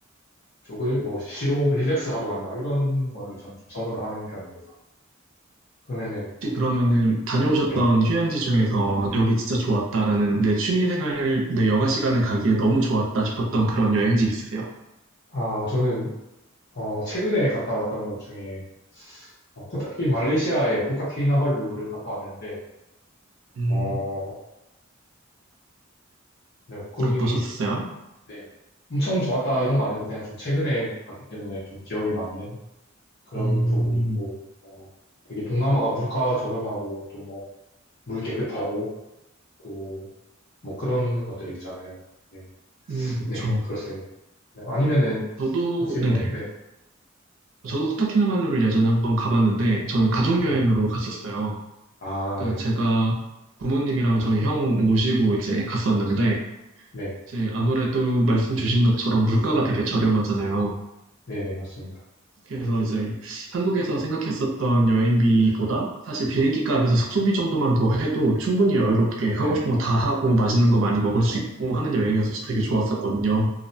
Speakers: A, on the left; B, on the right.
A: 쪽을 뭐 시로 릴렉스 하러 간다 이런 거를 전 좀 선호를 하는 편입니다. 그러면은
B: 혹시 그러면은 다녀오셨던
A: 네.
B: 휴양지 중에서 여기 진짜 좋았다라는 내 취미생활, 내 여가 시간에 가기에 너무 좋았다 싶었던 그런 여행지 있으세요?
A: 아 저는 어 최근에 갔다 왔던 곳 중에 어, 코타키 말레이시아의 코타키나발루를 갔다 왔는데
B: 음,
A: 어 네, 거기
B: 어떠셨어요?
A: 네. 엄청 좋았다 이런 거 아니어도 그냥 좀 최근에 갔기 때문에 좀 기억에 남는 그런
B: 음,
A: 부분이 있고 어, 되게 동남아가 물가 저렴하고 또뭐 물 깨끗하고 또 뭐 그런 것들이 있잖아요. 네,
B: 음, 그렇죠.
A: 네, 그렇습니다. 네, 아니면은
B: 저도
A: 혹시 뭐,
B: 네네.
A: 네,
B: 저도 코타키나발루를 예전에 한번 가봤는데 저는 가족
A: 네,
B: 여행으로 갔었어요.
A: 아,
B: 그러니까
A: 네네,
B: 제가 부모님이랑 저희 형 모시고 이제 갔었는데
A: 네,
B: 이제 아무래도 말씀 주신 것처럼 물가가 되게 저렴하잖아요.
A: 네네, 맞습니다.
B: 그래서 이제 한국에서 생각했었던 여행비보다 사실 비행기 값에서 숙소비 정도만 더 해도 충분히 여유롭게
A: 네,
B: 하고 싶은 거 다 하고 맛있는 거 많이 먹을
A: 네,
B: 수 있고 하는 여행이어서 되게 좋았었거든요.